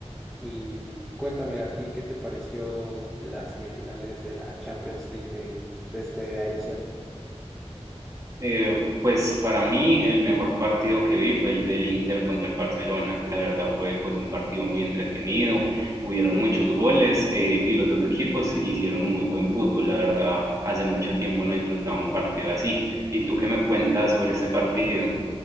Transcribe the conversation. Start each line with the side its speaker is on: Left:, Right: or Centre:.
Centre: Y cuéntame a ti, ¿qué te pareció las semifinales de la Champions League de, de esta edición?
Right: Eh, pues para mí el mejor partido que vi fue el del Inter contra el Barcelona. La verdad fue pues un partido muy entretenido, hubieron muchos goles eh, y los dos equipos hicieron un muy buen fútbol. La verdad, hace mucho tiempo no disfrutaba un partido así. ¿Y tú qué me cuentas sobre ese partido?